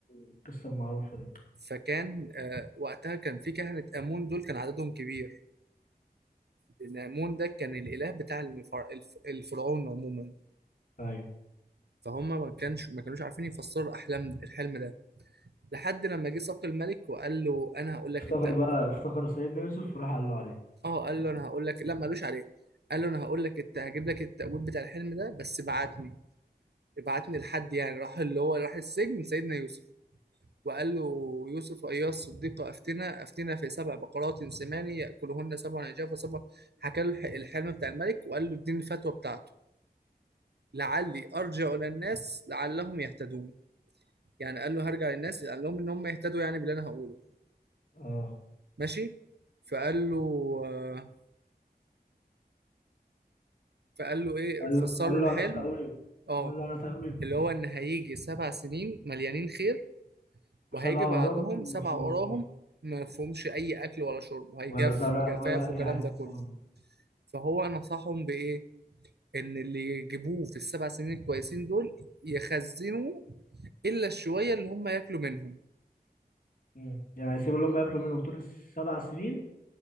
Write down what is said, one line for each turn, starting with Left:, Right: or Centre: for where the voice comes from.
Left: القصة المعروفة دي
Right: فكان آه، وقتها كان في كهنة آمون دول كان عددهم كبير لأن آمون ده كان الإله بتاع الفر- الف- الفرعون عموما
Left: أيوه
Right: فهم ما كانش ما كانوش عارفين يفسروا الأحلام الحلم ده لحد لما جه صبت الملك وقال له انا هقول
Left: افتكر
Right: لك الت...
Left: بقى افتكر سيدنا يوسف وراح قال له عليه
Right: اه قال له انا هقول لك لا مالوش عليه قال له انا هقول لك الت... هجيب لك التأويل بتاع الحلم ده بس ابعتني ابعتني لحد يعني راح اللي هو راح السجن سيدنا يوسف وقال له يوسف أيها الصديق أفتنا أفتنا في سبع بقرات سمان يأكلهن سبع عجاف وسبع حكى له الح- الحلم بتاع الملك وقال له اديني الفتوى بتاعته لعلي أرجع إلى الناس لعلهم يهتدون يعني قال له هرجع للناس قال لهم إن هم يهتدوا يعني باللي أنا هقوله
Left: اه
Right: ماشي فقال له آه، فقال له ايه
Left: قال
Right: فسر
Left: قال
Right: له الحلم
Left: له على التأويل
Right: اه
Left: قال له على تأويل
Right: اللي هو ان هيجي سبع سنين مليانين خير وهيجي
Left: سبعة
Right: بعدهم
Left: وراهم
Right: سبع
Left: مفهوم
Right: وراهم ما فيهمش اي اكل ولا شرب وهيجف
Left: ولا زرع
Right: جفاف
Left: ولا أي
Right: وكلام
Left: حاجة
Right: ده كله
Left: آه.
Right: فهو نصحهم بايه ان اللي يجيبوه في السبع سنين الكويسين دول يخزنوا الا الشويه اللي هم ياكلوا منهم
Left: مم. يعني هيسيبوا اللي هم ياكلوا منهم طول السبع سنين